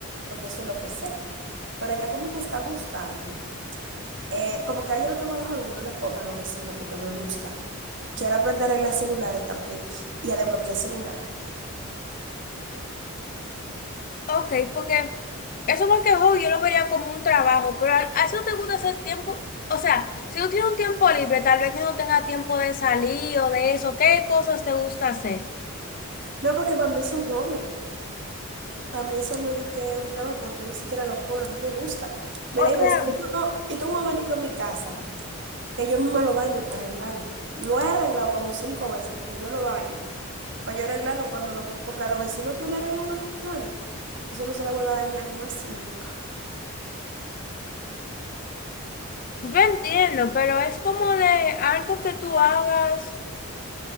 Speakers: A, on the right; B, on the left.
A: porque eso es lo que sé. Pero ya como me está gustando, Eh, como que ahora yo lo tengo de hobby, yo no le cobro a los vecinos porque me gusta. Quiero aprender a arreglar celulares también y a desbloquear celulares.
B: Ok, porque eso más que hobby yo lo vería como un trabajo. Pero a, a eso te gusta hacer tiempo. O sea, si tú tienes un tiempo libre, tal vez que no tengas tiempo de salir o de eso, ¿qué cosas te gusta hacer?
A: No, porque para mí es un hobby. Para mí eso no es de que es un trabajo porque yo ni siquiera lo cobro, a mí me gusta. Mira,
B: O
A: y
B: sea,
A: ves, yo tengo, yo tengo un abanico en mi casa que yo misma lo daño para arreglarlo. Lo he arreglado como cinco veces porque yo lo daño. Para yo arreglarlo cuando lo ve, porque a los vecinos tú le arreglas un abanico, eso no se le vuelve a dañar más nunca.
B: yo entiendo, pero es como de algo que tú hagas.